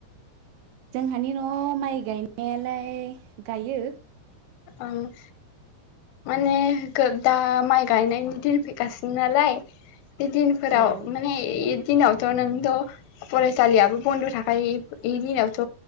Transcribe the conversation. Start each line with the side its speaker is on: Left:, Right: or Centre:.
Right: जोंहानि न'आव माइ गायनायालाय गायो
Left: ओं माने गो दा माइ गायनायनि दिन फैगासिनो नालाय दिनफोराव
Right: औ
Left: माने दिनावथ' नोंथ' फरायसालियाबो बन्द' थाखायो ए दिनावथ'